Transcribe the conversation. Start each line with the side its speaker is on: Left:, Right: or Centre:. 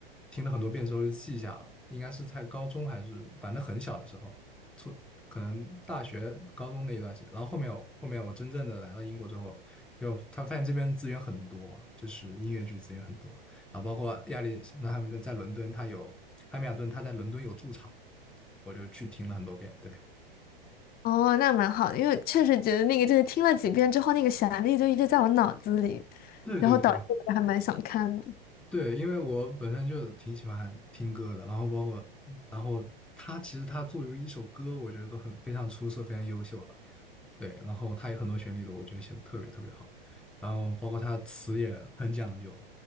Centre: 听了很多遍之后就记下了，应该是在高中还是反正很小的时候，从可能大学、高中那一段时间，然后后面我后面我真正的来了英国之后，就他发现这边资源很多，就是音乐剧资源很多，然后包括亚历那他们在在伦敦，他有汉密尔顿，他在伦敦有驻场，我就去听了很多遍，对。
Left: 哦，那蛮好的，因为确实觉得那个就是听了几遍之后，那个旋律就一直在我脑子里，
Centre: 对对对
Left: 然后导致我还蛮想看的。
Centre: 对，因为我本身就挺喜欢听歌的，然后包括，然后他其实他作为一首歌，我觉得都很非常出色，非常优秀了。对，然后他有很多旋律的，我觉得写的特别特别好，然后包括他词也很讲究，